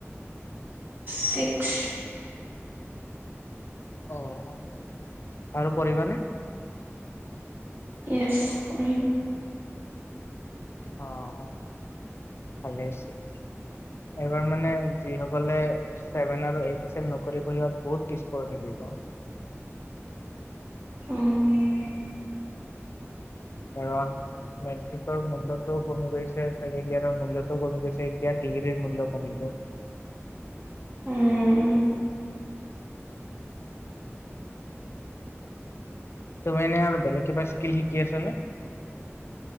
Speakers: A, on the right; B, on the left.
A: ছিক্স।
B: অ', আৰু পঢ়িবা নে।
A: ইয়েছ, পঢ়িম।
B: অ', ভালেই হৈছে। এইবাৰ মানে যিসকলে ছেভেন আৰু এইট চম নকৰি পঢ়াত বহুত পিছপ শিকিব।
A: উম
B: কাৰণ মেট্ৰিকৰ মূল্যতো কমি গৈছে ছেকেণ্ড ইয়োৰৰ মূল্যতো কমি গৈছে এতিয়া ডিগ্ৰীৰ মূল্য কমি গৈছে। <inaudible>
A: উম।
B: তুমি এনে আৰু বেলেগ কিবা স্কিল শিকি আছ নে।